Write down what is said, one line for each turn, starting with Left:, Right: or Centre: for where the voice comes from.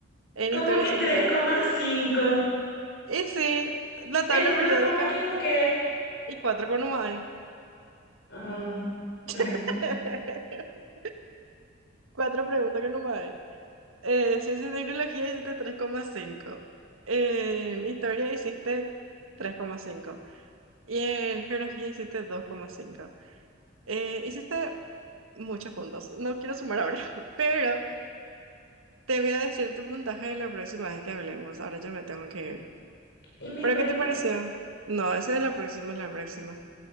Right: En
Left: ¿Cómo
Right: historia
Left: que
Right: hiciste
Left: 3,5?
Right: Y sí, la
Left: Eh,
Right: tabla
Left: no, no,
Right: periódica
Left: no me equivoqué.
Right: y cuatro que no más hay.
Left: Ah, bueno.
Right: <laughs> Cuatro preguntas que no más hay. Eh, ciencia y tecnología hiciste tres coma cinco En historia hiciste tres coma cinco Y en geografía hiciste 2,5. Eh, hiciste muchos puntos. No quiero sumar ahora, <laughs> pero te voy a decir tu puntaje la próxima vez que hablemos. Ahora ya me tengo que ir.
Left: ¿Y mi
Right: ¿Pero
Left: premio?
Right: qué te pareció? No, esa es la próxima, la próxima.